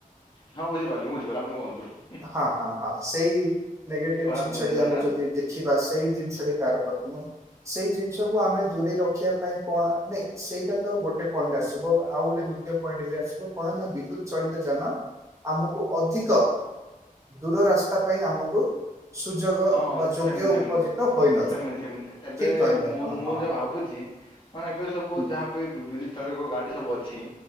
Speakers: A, on the left; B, on the right.
A: ହଁ ମୁଁ ବୁଝିପାରିଲି ମୁଁ ବୁଝିପାରିଲି ଆପଣ କୁହନ୍ତୁ?
B: ହଁ ହଁ ହଁ ସେଇ ନେଗେଟିଭ
A: ଖରାପ
B: ଜିନିଷଟି
A: ଜିନିଷଟା
B: ଆମେ ଯଦି ଦେଖିବା ସେଇ ଜିନିଷଟି ତାର ପ୍ରଥମ ସେଇ ଜିନିଷକୁୁ ଆମେ ଦୂରେଇ ରଖିବା ପାଇଁ କଣ ନାଇଁ ସେଇଟା ତ ଗୋଟେ ପଏଣ୍ଟ ଆସିବ ଆଉ ଗୋଟେ ପଏଣ୍ଟ ବି ଆସିବ କଣ ନା ବିଦ୍ୟୁତ ଚଳିତ ଯାନ ଆମକୁ ଅଧିକ ଦୂଢ ରାସ୍ତା ପାଇଁ ଆମକୁ ସୁଯୋଗ
A: ହଁ
B: ବା
A: ସେମିତି
B: ଯୋଗ୍ୟ ଉପଜିତ
A: ସେମିତି
B: ହୋଇନଥାଏ
A: ସେମିତି ସେମିତି ଏବେ
B: ଠିକ କହିଲେ ଆପଣ
A: ମୁଁ ମୁଁ
B: ହଁ।
A: ଯା ଭାବୁଛି ମାନେ ଏବେ ସବୁ
B: ହୁଁ
A: ଯାହାବ ବି ବିଦ୍ୟୁତ୍ ଚଳିତ ଗାଡ଼ି ସବୁ ଅଛି